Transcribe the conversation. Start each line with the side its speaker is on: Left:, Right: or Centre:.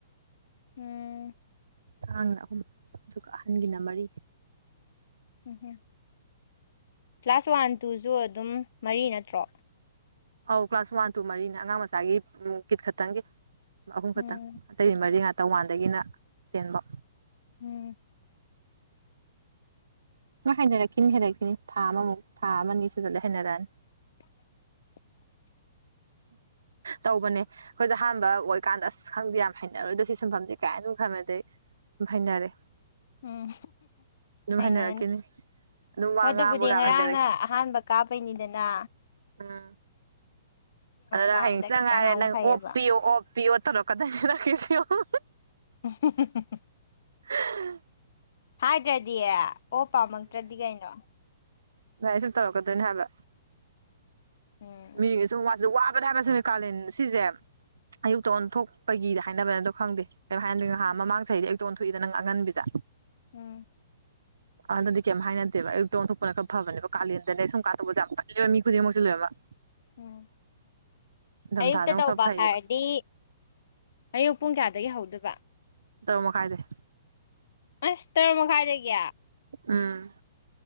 Left: ꯎꯝ
Right: ꯑꯉꯥꯡꯒꯤꯅ ꯑꯍꯨꯝ ꯑꯗꯨꯒ ꯑꯍꯟꯒꯤꯅ ꯃꯔꯤ
Left: ꯎꯝ ꯍꯨꯝ ꯀ꯭ꯂꯥꯁ ꯋꯥꯟ ꯇꯨꯖꯨ ꯑꯗꯨꯝ ꯃꯔꯤ ꯅꯠꯇ꯭ꯔꯣ
Right: ꯑꯧ ꯀ꯭ꯂꯥꯁ ꯋꯥꯟ ꯇꯨ ꯃꯔꯤꯅꯤ ꯑꯉꯥꯡ ꯃꯁꯆꯥꯒꯤ ꯀꯤꯠ ꯈꯛꯇꯪꯒꯤ ꯑꯍꯨꯝ ꯈꯛꯇꯪ
Left: ꯎꯝ
Right: ꯑꯇꯩ ꯃꯔꯤ ꯉꯥꯛꯇ ꯋꯥꯟꯗꯒꯤꯅ ꯇꯦꯟꯕꯧ
Left: ꯎꯝ
Right: ꯅꯪ ꯍꯩꯅꯔꯛꯈꯤꯅꯤ ꯍꯩꯅꯔꯛꯈꯤꯅꯤ ꯊꯥ ꯑꯃꯃꯨꯛ ꯊꯥ ꯑꯃ ꯑꯅꯤ ꯁꯨꯖꯜꯂꯛꯑꯒ ꯍꯩꯅꯔꯛꯑꯅꯤ
Left: <inaudible>
Right: ꯇꯧꯕꯅꯦ ꯑꯩꯈꯣꯏꯁꯨ ꯑꯍꯥꯟꯕ ꯑꯣꯏꯀꯥꯟꯗ ꯑꯁ ꯈꯪꯗꯦ ꯌꯥꯝ ꯍꯩꯅꯔꯣꯏꯗꯣ ꯁꯤ ꯁꯤꯟꯐꯝꯁꯦ ꯀꯥꯏꯅ ꯑꯗꯨꯝ ꯈꯅꯕꯅꯤ ꯑꯗꯨꯝ ꯍꯩꯅꯔꯦ
Left: ꯎꯝ
Right: ꯑꯗꯨꯝ
Left: ꯍꯩꯅꯅꯤ
Right: ꯍꯩꯅꯔꯛꯈꯤꯅꯤ ꯑꯗꯨꯝ ꯋꯥ
Left: ꯑꯗꯨꯕꯨꯗꯤ
Right: ꯉꯥꯡꯕꯒ
Left: ꯉꯔꯥꯡꯅ
Right: ꯌꯥꯝ ꯍꯩꯅꯔꯛꯈꯤ
Left: ꯑꯍꯥꯟꯕ ꯀꯥꯕꯩꯅꯤꯗꯅ
Right: ꯎꯝ ꯑꯗꯨ ꯅꯪ
Left: ꯀꯥꯕꯗ
Right: ꯍꯌꯦꯡ ꯍꯪꯆꯤꯠꯇ
Left: ꯈꯤꯇꯪ
Right: ꯉꯥꯏꯔꯦ
Left: ꯑꯃꯨꯛ
Right: ꯅꯪ
Left: ꯐꯩꯌꯦꯕ
Right: ꯑꯣꯞ ꯄꯤꯌꯣ ꯑꯣꯞ ꯄꯤꯌ ꯇꯧꯔꯛꯀꯗꫭꯥꯏꯅꯤ ꯅꯪꯒꯤꯁꯤ ꯌꯦꯡꯉꯨ
Left: <inaudible>
Right: <inaudible>
Left: ꯍꯥꯏꯗ꯭ꯔꯗꯤ ꯑꯣꯞ ꯄꯥꯝꯃꯛꯇ꯭ꯔꯗꯤ ꯀꯩꯅꯣ
Right: ꯑꯗꯨꯃꯥꯢꯅ ꯁꯨꯝ ꯇꯧꯔꯛꯀꯗꯣꯏꯅꯦ ꯍꯥꯏꯕ
Left: ꯎꯝ
Right: ꯃꯤꯒꯤ ꯁꯨꯝ ꯋꯥꯕꯅꯦ ꯍꯥꯏꯕ ꯁꯦꯡꯕꯩ ꯀꯥꯂꯦꯟ ꯁꯤꯁꯦ ꯑꯌꯨꯛꯇ ꯑꯣꯟꯊꯣꯛꯄꯒꯤꯗ ꯍꯥꯏꯅꯕꯅꯦꯗꯣ ꯈꯪꯗꯦ ꯀꯩꯝ ꯍꯥꯏꯅꯗꯦ ꯅꯍꯥꯟ ꯃꯃꯥꯡ ꯆꯍꯤꯗꯤ ꯑꯌꯨꯛꯇ ꯑꯣꯟꯊꯣꯛꯏꯗ ꯅꯪ ꯑꯉꯟꯕꯤꯗ
Left: ꯎꯝ
Right: ꯍꯟꯗꯗꯤ ꯀꯩꯝꯇ ꯍꯥꯏꯅꯗꯦꯕ ꯑꯌꯨꯛꯇ ꯑꯣꯟꯊꯣꯛꯄꯅ ꯈꯔ ꯐꯕꯅꯦꯕ ꯀꯥꯂꯦꯟꯗꯅꯦ ꯁꯨꯝ ꯀꯥꯟ ꯇꯧꯕꯁꯦ ꯌꯥꯝ ꯃꯤ ꯈꯨꯗꯤꯡꯃꯛꯁꯦ ꯂꯣꯏꯃꯛ
Left: ꯎꯝ
Right: ꯅꯤꯡꯊꯝꯊꯥꯗ
Left: ꯑꯌꯨꯛꯇ ꯇꯧꯕ
Right: ꯑꯃꯨꯛ ꯈꯔ ꯐꯩꯌꯦꯕ
Left: ꯍꯥꯏꯔꯗꯤ ꯑꯌꯨꯛ ꯄꯨꯡ ꯀꯌꯥꯗꯒꯤ ꯍꯧꯗꯣꯏꯕ
Right: ꯇꯔꯨꯛ ꯃꯈꯥꯏꯗꯩ
Left: ꯑꯁ ꯇꯔꯨꯛ ꯃꯈꯥꯏꯗꯒꯤ
Right: ꯎꯝ